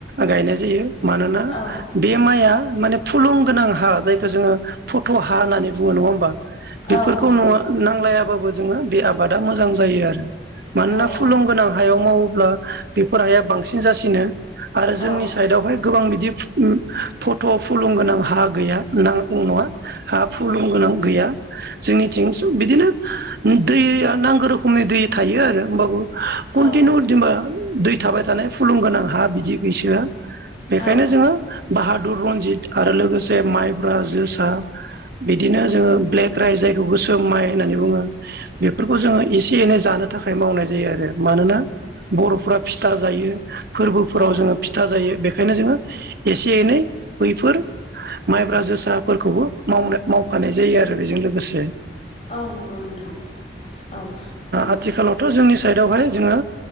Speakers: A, on the right (about 55°); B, on the left (about 35°).
A: गायनाय जायो मानोना
B: औ
A: बे माइआ माने फुलुं गोनां हा जायखौ जोङो फट' हा होननानै बुङो नङा होमबा। बेफोरखौ
B: औ नंगौ
A: न नांलायाबाबो जोङो बे आबादा मोजां जायो आरो मानोना
B: औ
A: फुलुं
B: औ
A: गोनां हायाव मावोब्ला बेफोर हाया बांसिन जासिनो। आरो
B: औ
A: जोंनि
B: औ
A: साइडआवहाय गोबां बिदि फट' फुलुंगोनां हा गैया नांगौ नङा हा फुलं गोनां गैया जोंनिथिं बिदिनो दैया नांगौ रोखोमनि दै थायो आरो होमबाबो कन्टिनिउ
B: औ
A: जेनेबा दै थाबाय थानाय फुल फुलुं गोनां हा बिदि गैसोआ बेखायनो
B: औ
A: जोङो बाहादुर रनजित आरो लोगोसे माइब्रा जोसा बिदिनो जोङो ब्लेक राइस जायखौ गोसो माइ होननानै बुङो। बेफोरखौ जोङो एसे एसे एनै जानो थाखाय मावनाय जायो आरो मानोना बर'फोरा फिथा जायो फोरबोफोराव
B: औ
A: जोङो फिथा जायो बेखायनो जोङो एसे एनै बैफोर माइब्रा जोसाफोरखौबो माव मावफानाय जायो आरो बेजों लोगोसे।
B: औ नंगौ नोंथां। औ औ
A: आथिखालावथ' जोंनि साइडआवहाय जोङो